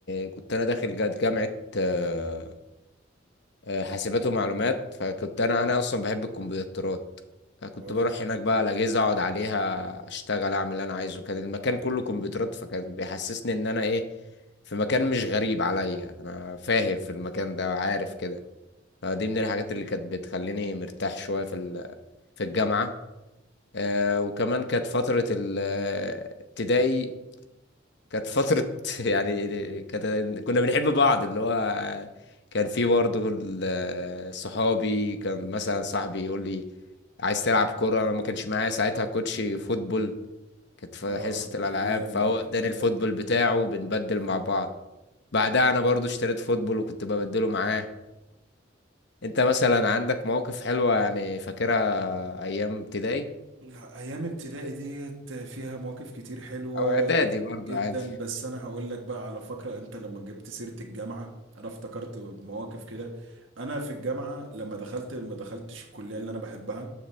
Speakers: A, on the left; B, on the right.
A: كنت أنا داخل جا- جامعة آه، آه، حاسبات ومعلومات فكنت انا انا اصلا بحب الكمبيوترات فكنت
B: كويس
A: بروح هناك بقى على الاجهزه اقعد عليها اشتغل اعمل اللي انا عايزه كان المكان كله كمبيوترات فكان بيحسسني ان انا ايه في مكان مش غريب عليا انا فاهم في المكان ده وعارف كده فدي من الحاجات اللي كانت بتخليني مرتاح شويه في ال- في الجامعه آه، وكمان كانت فتره الابتدائي كانت فترة <laughs> يعني كانت كنا بنحب بعض اللي هو كان في برضه ال- صحابي كان مثلا صاحبي يقول لي عايز تلعب كورة أنا ما كانش معايا ساعتها كوتش فوتبول كانت في
B: اه
A: حصة الألعاب
B: ايام
A: فهو
B: دي كانت
A: اداني
B: ايام
A: الفوتبول
B: دي
A: بتاعه وبنبدل
B: اه
A: مع بعض بعدها أنا برضه اشتريت فوتبول وكنت ببدله معاه أنت مثلا عندك مواقف حلوة يعني فاكرها أيام ابتدائي
B: لا ايام ابتدائي ديت فيها مواقف كتير حلوة
A: أو إعدادي
B: جدا
A: برضه عادي
B: بس انا هقول لك بقى على فكرة انت لما جبت سيرة الجامعة انا افتكرت مواقف كده انا في الجامعة لما دخلت ما دخلتش الكلية اللي انا بحبها